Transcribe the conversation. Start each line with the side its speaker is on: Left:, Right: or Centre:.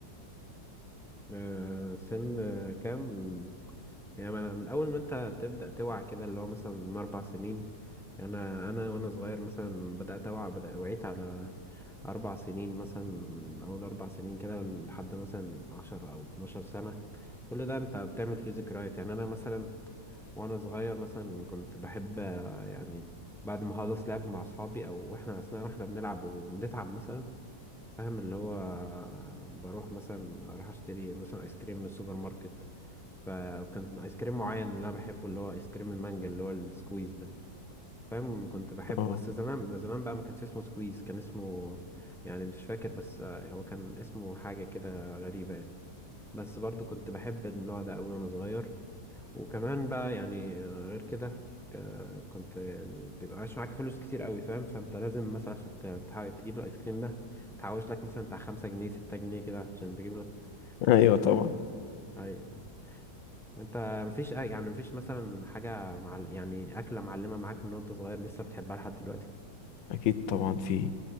Centre: آه، سن آه، كام من يعني من من اول ما انت تبدأ توعى كده اللي هو مثلا من اربع سنين انا انا وانا صغير مثلا بدأت اوعى بدأ وعيت على اربع سنين مثلا من اول اربع سنين كده لحد مثلا عشر او اتناشر سنة كل ده انت بتعمل فيه ذكريات يعني انا مثلا وانا صغير مثلا كنت بحب آه، يعني بعد ما اخلص لعب مع اصحابي او احنا اثناء ما احنا بنلعب وبنتعب مثلا فاهم اللي هو آه، بروح مثلا اروح اشتري مثلا ايس كريم من السوبر ماركت فكان ايس كريم معين اللي انا بحبه اللي هو ايس كريم المانجا اللي هو السكويز ده فاهم كنت بحبه
Left: اه
Centre: بس زمان زمان بقى ما كانش اسمه سكويز كان اسمه يعني مش فاكر بس آه، هو كان اسمه حاجة كده غريبة يعني بس برضو كنت بحب النوع ده قوي وانا صغير وكمان بقى يعني آه، غير كده آه، كنت يعني بيبقاش معاك فلوس كتير قوي فاهم فانت لازم مثلا عشان ت- تح- تجيب الايس كريم ده تحوش لك مثلا بتاع خمسة جنيه ستة جنيه كده عشان تجيب لك تجيب
Left: ايوه
Centre: لك
Left: طبعا
Centre: الايس اي انت مفيش أي- يعني مفيش مثلا حاجة مع يعني أكلة معلمة معاك من وانت صغير لسه بتحبها لحد دلوقتي
Left: اكيد طبعا في